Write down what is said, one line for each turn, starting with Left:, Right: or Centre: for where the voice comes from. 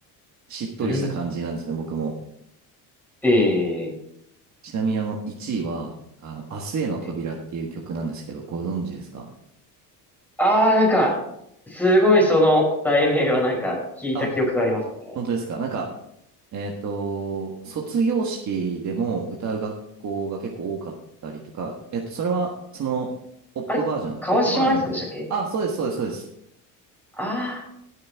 Right: う、しっとりした感じなんですね、
Centre: うん。
Right: 僕も。
Centre: ええ、
Right: ちなみにあの1位は、あの、明日への扉っていう曲なんですけど、
Centre: ええ。
Right: ご存知ですか
Centre: ああ、なんか、すごいその題名はなんか聞いた記憶がありますね。
Right: あ、本当ですかなんか、えっと、卒業式でも歌う学校が結構多かったりとか、えっと、それは、その、ポップバージョン、
Centre: あれ、川島愛さんでしたっけ
Right: ポップバージョンというか、あ、そうです、そうです、そうです。
Centre: あ